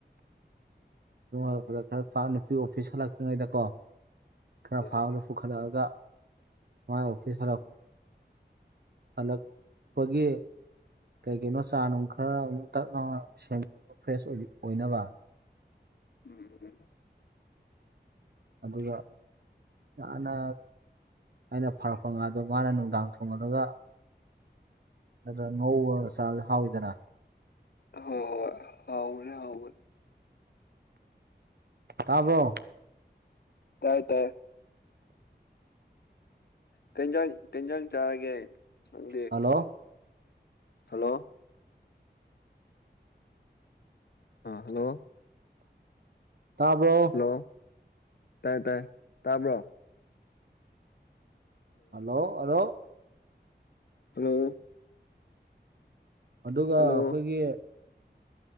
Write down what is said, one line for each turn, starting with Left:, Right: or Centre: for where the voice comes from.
Right: ꯎꯝꯉꯂꯛꯄꯗ ꯈꯔ ꯅꯨꯄꯤ ꯑꯣꯐꯤꯁ ꯂꯥꯛꯄꯤ ꯆ꯭ꯔꯤꯉꯩꯗꯀꯣ ꯈꯔ
Left: ꯍꯣꯏ
Right: ꯐꯥꯕꯗ ꯄꯨꯈꯠꯂꯛꯑꯒ ꯃꯣꯏ ꯑꯣꯐꯤꯁꯤꯁ ꯍꯔ ꯍꯂꯛꯄꯒꯤ ꯀꯩ ꯀꯩꯅꯣ ꯆꯥ ꯅꯨꯡ ꯈꯔ ꯑꯃꯨꯛ ꯇꯛ ꯂꯅ ꯁꯦꯝꯦꯡꯗꯄ ꯐ꯭ꯔꯦꯁ ꯑꯣꯏꯅꯕ
Left: ꯎꯝ ꯎꯝ
Right: ꯑꯗꯨꯒꯅ ꯑꯩꯅ ꯐꯔꯛꯄ ꯉꯥꯗ ꯃꯥꯅ ꯅꯨꯡꯗꯥꯡ ꯊꯣꯉꯂꯒ ꯑꯗꯨꯗ꯭ꯔ ꯉꯣ ꯆ ꯍꯥꯎꯗꯅ
Left: ꯍ ꯍꯥꯎꯅꯦꯦ ꯍꯥꯎꯕꯅꯦ
Right: ꯇꯥꯔꯕ꯭ꯔꯣ
Left: ꯇꯥꯏ ꯇꯥꯏ ꯀꯟꯖ ꯀꯟꯖ ꯒꯦꯗꯦ
Right: ꯍꯜꯂꯣ
Left: ꯍꯜꯂꯣ ꯑꯥ ꯍꯜꯂꯣ
Right: ꯇꯥꯕ꯭ꯔꯣ
Left: ꯍꯜꯂꯣ ꯇꯥꯏ ꯇꯥꯏ ꯇꯥꯕ꯭ꯔꯣ
Right: ꯍꯜꯂꯣ ꯑꯂꯣ
Left: ꯍꯜꯂꯣ
Right: ꯑꯗꯨꯒ
Left: ꯍꯜꯂꯣ
Right: ꯑꯩꯈꯣꯏꯒꯤ